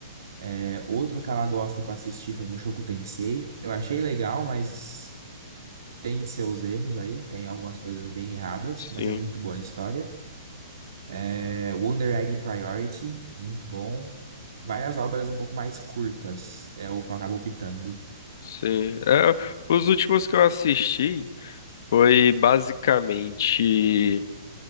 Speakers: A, on the right (about 70°); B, on the left (about 60°).
A: É, outro que ela gosta que eu assisti foi Mushoku Tensei. Eu achei legal, mas tem seus erros aí. Tem algumas coisas bem erradas,
B: Sim,
A: mas é muito boa a história. É, Wonder Egg Priority, muito bom. Várias obras um pouco mais curtas, é o que eu acabo optando.
B: sim. É, os últimos que eu assisti foi basicamente.